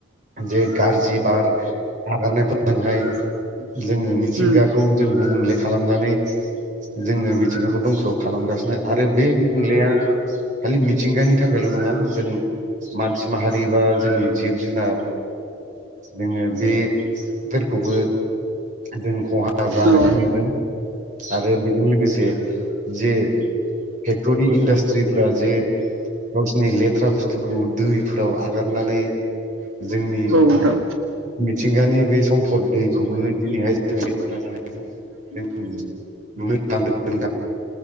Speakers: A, on the right (about 40°); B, on the right (about 85°).
A: जे गाज्रि बार आगारनायफोरजोंहाय जोङो मिथिंगाखौ
B: उम
A: जों गुबुंले खालामनानै जोङो मिथिंगाखौ दंस' खालामगासिनो आरो बे गुबुंलेया खाले‌ मिथिंगानि थाखायल' नङा जों मानसि माहारि बा जोंनि जिब जुनार जोङो बे फोरखौबो जों खहा जानायखौ
B: औ
A: नुदों आरो बेजों लोगोसे जे फेक्ट'रि इन्डास्ट्रिफोरा जे गावसिनि ले थ्रा बुस्थुखौ दैफ्राव आगारनानै जोंनि
B: औ नोंथां
A: मिथिंगानि बे सम्पद दैखौबो दिनैहाय जोङो लेथ्रा जानायखौ जों नुनो थांदों